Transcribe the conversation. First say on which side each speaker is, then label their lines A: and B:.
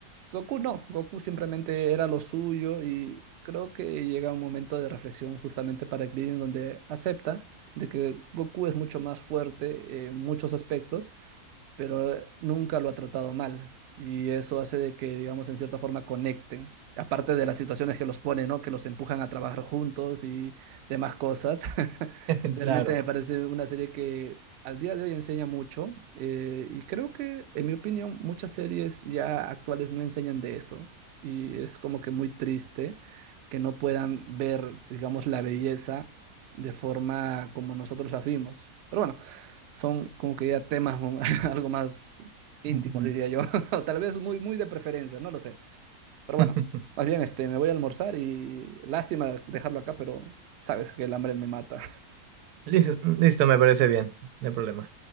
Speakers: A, on the right; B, on the right.
A: Goku no, Goku simplemente era lo suyo y creo que llega un momento de reflexión justamente para Krillin donde acepta de que Goku es mucho más fuerte en muchos aspectos pero eh, nunca lo ha tratado mal. Y eso hace de que, digamos, en cierta forma conecten. Aparte de las situaciones que los ponen, ¿no? Que los empujan a trabajar juntos y demás cosas. <laughs>
B: <laughs>
A: Realmente
B: Claro.
A: me parece una serie que al día de hoy enseña mucho. eh, y creo que, en mi opinión, muchas series ya actuales no enseñan de eso. Y es como que muy triste que no puedan ver, digamos, la belleza de forma como nosotros la vimos. Pero bueno. Son como que ya temas mo- <laughs> algo más íntimos,
B: Ujú.
A: diría yo. <laughs> O tal vez muy, muy de preferencia, no lo sé. Pero bueno,
B: <laughs>
A: más bien este, me voy a almorzar y lástima dejarlo acá, pero sabes que el hambre me mata.
B: Listo, listo, me parece bien, no hay problema.